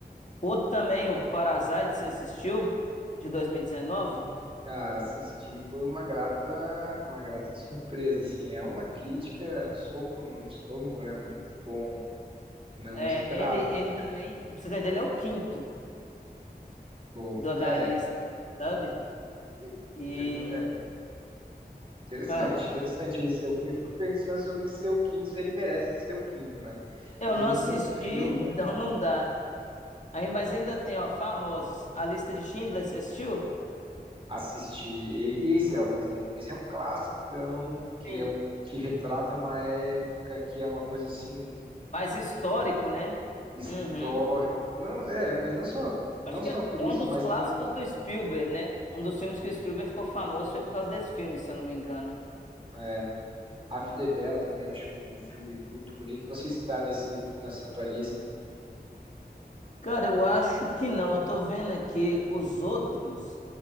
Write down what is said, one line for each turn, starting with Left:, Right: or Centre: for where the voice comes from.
Left: Outro também, o Parasite, você assistiu? De 2019.
Right: Cara, assistir foi uma grata, uma grata surpresa, assim. É uma crítica, é um soco no estômago, né? Muito bom. Não
Left: É,
Right: esperava.
Left: ele, ele também, pra você entender, ele é o quinto
Right: Bom,
Left: do, da
Right: é,
Left: lista, sabe?
Right: e-
Left: E
Right: eu não, é interessante,
Left: Ah,
Right: interessante ele ser o quinto. Eu fico pensando sobre ele ser o quinto, se ele merece ser o quinto, né? Porque
Left: eu
Right: tem
Left: não assisti,
Right: tanto
Left: <laughs> então
Right: filme, né?
Left: não dá. Aí, mas ainda tem, ó, famosos. A lista de Schindler, você assistiu?
Right: Assistir. E, e esse é, por exemplo, esse é um classicão que
Left: Sim.
Right: é um que retrata uma época que é uma coisa assim
Left: Mais histórico, né?
Right: histórica.
Left: Uhum.
Right: Não, é, mas não só não
Left: Acho que
Right: só
Left: é
Right: por isso,
Left: um dos
Right: mas
Left: clássicos
Right: tem
Left: do Spielberg, né? Um dos filmes que o Spielberg ficou famoso foi por causa desse filme, se eu não me engano.
Right: é, A Vida é Bela também acho um filme muito bonito. Não sei se está nesse nessa tua lista.
Left: Cara, eu acho que não. Eu tô vendo aqui os outros.